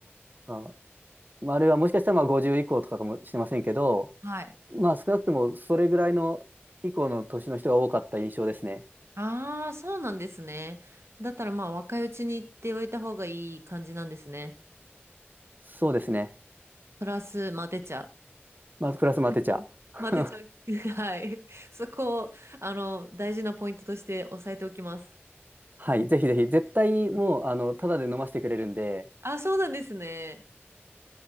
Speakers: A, on the right; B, on the right.
A: あ、まああるいはもしかしたらまあ50以降とかかもしれませんけど、
B: あ、はい。
A: まあ少なくともそれぐらいの以降の年の人が多かった印象ですね。
B: ああ、そうなんですね。だったらまあ若いうちに行っておいた方がいい感じなんですね。
A: そうですね。
B: プラス、まあ出ちゃう。
A: まあ、プラスも当てちゃう。
B: <laughs>
A: <laughs>
B: マテ茶、<laughs> はい。そこを、あの、大事なポイントとして押さえておきます。
A: はい、ぜひぜひ、絶対もう、あの、ただで飲ませてくれるんで、
B: あ、そうなんですね。